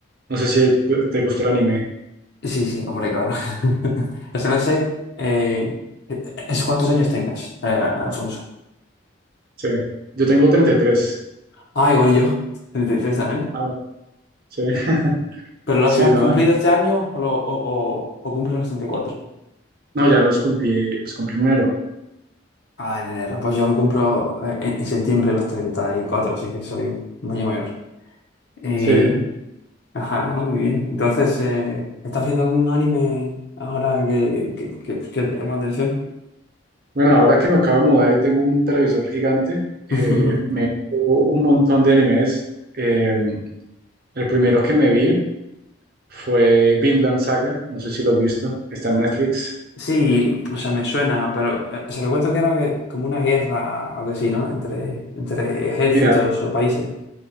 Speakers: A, on the right; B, on the left.
A: No sé si te te gusta el anime.
B: Sí, sí, hombre, claro. <laughs> O sea, no sé eh, es cuántos años tengas, eh, Alfonso.
A: Sí, yo tengo 33.
B: Ah, igual yo, 33 también.
A: Ah, sí, <laughs>
B: ¿Pero los
A: sí,
B: has
A: no,
B: cumplido este año o, lo- o, o, o cumples los 34
A: no, ya los cumplí, los cumplí en enero.
B: Ah, en enero. Pues yo lo cumplo eh, en en septiembre los 34, así que soy un año mayor. Y,
A: Sí, sí.
B: ajá, ¿no? muy bien. Entonces, eh, ¿estás viendo algún anime ahora que, que, que- que te llama la atención?
A: Bueno, ahora que me acabo de mudar y tengo un televisor gigante, eh,
B: <laughs>
A: me he visto un montón de animes. Eh, el primero que me vi fue Vinland Saga, no sé si lo has visto, está en Netflix.
B: Sí, o sea, me suena, pero eh, se recuerdo que era que- como una guerra, algo así, ¿no? Entre, entre ejércitos
A: Mira,
B: o países.